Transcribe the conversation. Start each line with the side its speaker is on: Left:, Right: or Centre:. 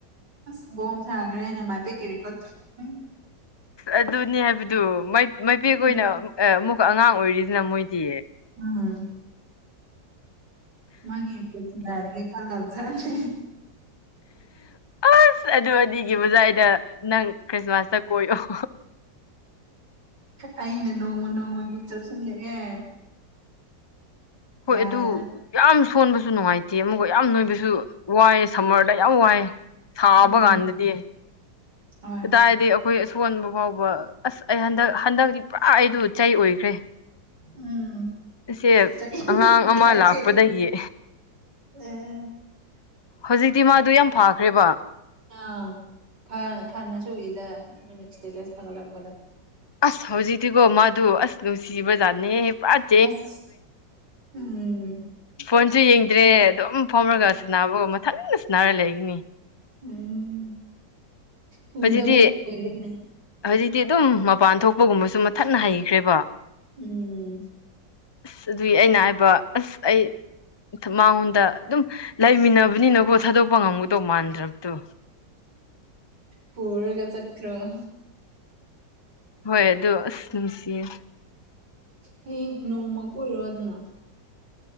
Right: ꯑꯁ ꯕꯣꯝ ꯁꯥꯒ꯭ꯔꯦꯅ ꯃꯥꯜꯄꯤꯛꯀꯤ ꯔꯤꯀꯣꯔꯠ ꯍꯨꯝ
Left: ꯑꯗꯨꯅꯦ ꯍꯥꯏꯕꯗꯨ ꯃꯥꯏ ꯃꯥꯏꯄꯦꯛ
Right: ꯎꯝ
Left: ꯑꯣꯏꯅ ꯑꯦ ꯑꯃꯨꯛꯀ ꯑꯉꯥꯡ ꯑꯣꯏꯔꯤꯗꯅ ꯃꯣꯏꯗꯤ
Right: ꯎꯝ ꯃꯥꯒꯤ ꯔꯤꯀ‌ꯣꯔꯠ ꯊꯨꯒꯥꯏꯔꯒꯦ ꯈꯜꯂꯕꯖꯥꯠꯅꯤ
Left: ꯑꯁ ꯑꯗꯨ ꯑꯅꯤꯒꯤ ꯕꯨꯖꯥꯏꯗ ꯅꯪ ꯈ꯭ꯔꯤꯁꯃꯥꯁꯇ ꯀꯣꯏꯌ‌ꯣ
Right: ꯑꯩꯅ ꯅꯣꯡꯃ ꯅꯣꯡꯃꯒꯤ ꯆꯞꯁꯜꯂꯛꯑꯦ
Left: ꯍꯣꯏ
Right: ꯌꯥꯗ꯭ꯔꯦ
Left: ꯑꯗꯨ ꯌꯥꯝ ꯁꯣꯟꯕꯁꯨ ꯅꯨꯡꯉꯥꯏꯇꯦ ꯑꯃꯨꯛꯀ ꯌꯥꯝ ꯅꯣꯏꯕꯁꯨ ꯋꯥꯏꯌꯦ ꯁꯝꯃ꯭ꯔꯗ ꯌꯥꯝ ꯋꯥꯏꯌꯦ ꯁꯥꯥꯕꯒꯥꯟꯗꯗꯤ
Right: ꯎꯝ ꯍꯣꯏ
Left: ꯀꯗꯥꯏꯗꯩ ꯑꯩꯈꯣꯏ ꯑꯁꯣꯟꯕ ꯐꯥꯎꯕ ꯑꯁ ꯑꯩ ꯍꯟꯗꯛ ꯍꯟꯗꯛꯇꯤ ꯄꯨꯔꯥ ꯑꯩꯗꯨ ꯆꯩ ꯑꯣꯏꯈ꯭ꯔꯦ
Right: ꯎꯝ
Left: ꯑꯁꯦꯞ
Right: ꯆꯍꯤ
Left: ꯑꯉꯥꯡ ꯑꯃ
Right: ꯋꯥꯆꯦ
Left: ꯂꯥꯛꯄꯗꯒꯤ
Right: ꯑꯥ
Left: ꯍꯧꯖꯤꯛꯇꯤ ꯃꯥꯗꯨ ꯌꯥꯝ ꯐꯈ꯭ꯔꯦꯕ
Right: ꯑꯪ ꯐꯅ ꯐꯅꯁꯨꯨꯒꯤꯗ ꯏꯁꯇꯦꯇꯁ ꯊꯥꯒꯠꯂꯛꯄꯗꯣ
Left: ꯑꯁ ꯍꯧꯖꯤꯛꯇꯤꯀꯣ ꯃꯥꯗꯨ ꯑꯁ ꯅꯨꯡꯁꯤꯕꯖꯥꯠꯅꯦꯍ‌ꯦ ꯄꯨꯔꯥꯠ
Right: ꯑꯁ ꯎꯝ
Left: ꯐꯣꯟꯁꯨ ꯌꯦꯡꯗ꯭ꯔꯦ ꯑꯗꯨꯝ ꯐꯝꯔꯒ ꯁꯅꯕꯒꯨꯝ ꯃꯊꯟꯅ ꯁꯅꯥꯔ ꯂꯩꯒꯅꯤ
Right: ꯎꯝ ꯎꯗꯕ
Left: ꯍꯧꯖꯤꯛꯇꯤ
Right: ꯀꯨꯏꯔꯦꯅꯦ
Left: ꯍꯧꯖꯤꯛꯇꯤ ꯑꯗꯨꯝ ꯃꯄꯥꯟ ꯊꯣꯛꯄꯒꯨꯝꯕꯁꯨ ꯃꯊꯟꯅ ꯍꯩꯈ꯭ꯔꯦꯕ
Right: ꯎꯝ
Left: ꯑꯁ ꯑꯗꯨꯒꯤ ꯑꯩꯅ ꯍꯥꯏꯕ ꯑꯁ ꯑꯩ ꯊ‌ ꯃꯉꯣꯟꯗ ꯑꯗꯨꯝ ꯂꯩꯃꯤꯟꯅꯕꯅꯤꯅꯀꯣ ꯊꯥꯗꯣꯛꯄ ꯉꯝꯒꯗꯧ ꯃꯥꯟꯗ꯭ꯔꯕꯗꯣ
Right: ꯄꯨꯔꯒ ꯆꯠꯈ꯭ꯔ‌ꯣ
Left: ꯍꯣꯏ ꯑꯗꯣ ꯑꯁ ꯅꯨꯡꯁꯤꯌꯦ
Right: ꯍꯌꯦꯡ ꯅꯣꯡꯃ ꯀ‌ꯣꯏꯔꯣꯗꯅ